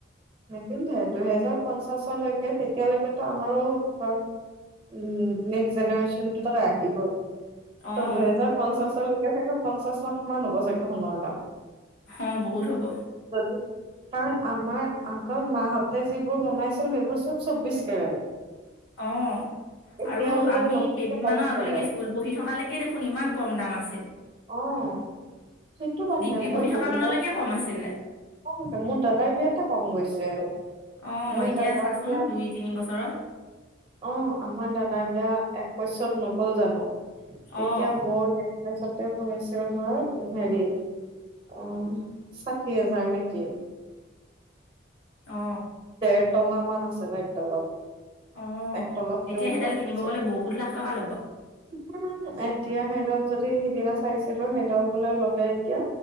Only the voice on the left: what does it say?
অ
অহ বহুত হব
অ',
আৰু
আমি
কেইদিনমানৰ
আগলৈকে
স্কুল পঢ়ি থকালৈকে দেখোন ইমান কম দাম আছিল।
ডিগ্ৰী
পঢ়ি
থকা মানলৈকে কম আছিলে।
অ,
এতিয়া
চাচোন
দুই তিনি বছৰত
অঁ
অঁ
অঁ
এতিয়া
সেইডাল কিনিব গ'লে বহুত লাখ টকা ল'ব